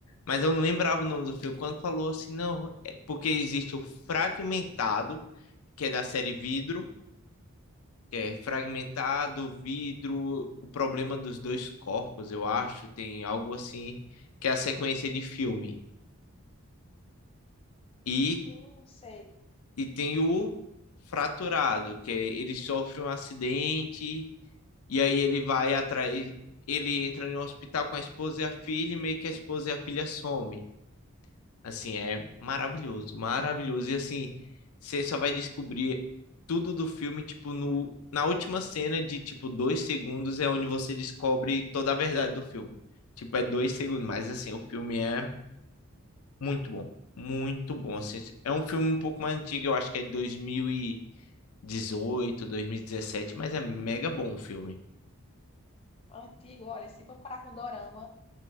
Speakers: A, on the left; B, on the left.
A: mas eu não lembrava o nome do filme. Quando falou assim, não, é porque existe o Fragmentado, que é da série Vidro, que é Fragmentado, Vidro, o problema dos dois corpos, eu acho, tem algo assim, que é a sequência de filme. E,
B: Sim, sei.
A: e tem o Fraturado, que é, ele sofre um acidente E aí ele vai atrás, ele entra em um hospital com a esposa e a filha, e meio que a esposa e a filha somem. Assim, é maravilhoso, maravilhoso. E assim, você só vai descobrir tudo do filme, tipo, no, na última cena de, tipo, dois segundos é onde você descobre toda a verdade do filme. Tipo, é dois segundos, mas assim, o filme é muito bom, muito bom. Assim, é um filme um pouco mais antigo, eu acho que é dois dois mil mil e dezoito dois mil e dezessete mas é mega bom o filme.
B: Antigo, olha, se comparar com Dorama,